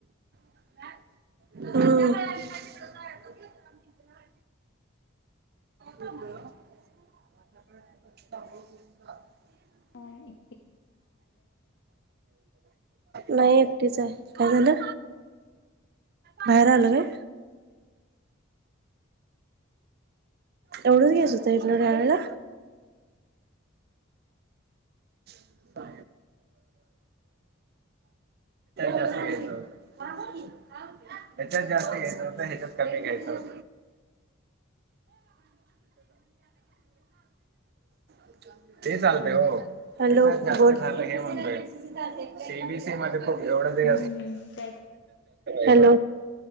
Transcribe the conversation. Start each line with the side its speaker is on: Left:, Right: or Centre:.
Right: हो. <unintelligible>
Left: ह.
Right: नाही एकटीच आहे. काय झालं? बाहेर आलं काय? एवढंच घस होत आपल्या ड्रावला. च्या जास्त घच होत. ह्याच्यात जास्त घ्यायचं होत. ह्याच्यात कमी घ्यायचं होत. <unintelligible> ते चालतय हो. हॅलो बोल म्हणतोय सेबीसी म एवढं दि
Left: हम्म हम्म काय
Right: हॅलो.